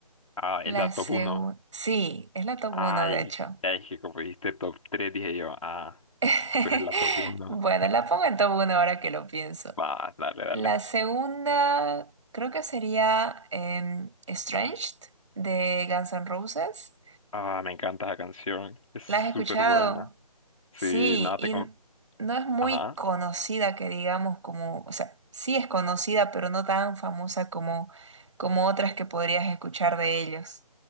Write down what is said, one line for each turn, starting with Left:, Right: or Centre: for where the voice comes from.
Left: Ah,
Right: La
Left: es la
Right: segunda,
Left: top 1.
Right: sí, es la top
Left: Ay,
Right: 1 de hecho.
Left: es que como dijiste top 3, dije yo, ah,
Right: <laughs>
Left: pero es la top 1.
Right: Bueno, la pongo en top 1 ahora que lo pienso.
Left: Va, dale, dale.
Right: La segunda creo que sería em, Estranged de Guns N' Roses.
Left: Ah, me encanta esa canción, es súper
Right: ¿La has escuchado?
Left: buena. Sí,
Right: Sí,
Left: nada,
Right: y
Left: te... con-
Right: no es muy
Left: Ajá,
Right: conocida que digamos como, o sea, sí es conocida, pero no tan famosa como, como otras que podrías escuchar de ellos.